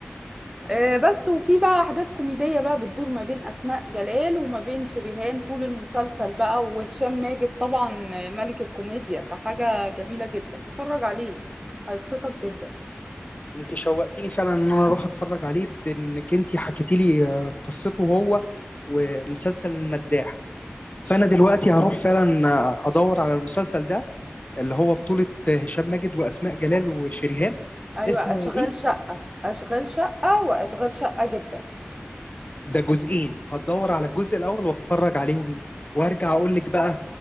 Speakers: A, on the right; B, on the left.
A: آه، بس وفي بقى احداث كوميديه بقى بتدور ما بين اسماء جلال وما بين شريهان طول المسلسل بقى وهشام ماجد طبعا آه، ملك الكوميديا فحاجه جميله جدا اتفرج عليه هيبسطك جدا
B: انت شوقتيني فعلا ان انا اروح اتفرج عليه بانك انت حكيتي لي آه، قصته هو ومسلسل المداح فانا دلوقتي هروح فعلا آه، ادور على المسلسل ده اللي هو بطولة آه، هشام ماجد واسماء جلال وشريهان
A: ايوه
B: اسمه
A: اشغال
B: ايه
A: شقه اشغال شقه واشغال شقه جدا
B: ده جزئين هتدور على الجزء الاول واتفرج عليهم وارجع اقول لك بقى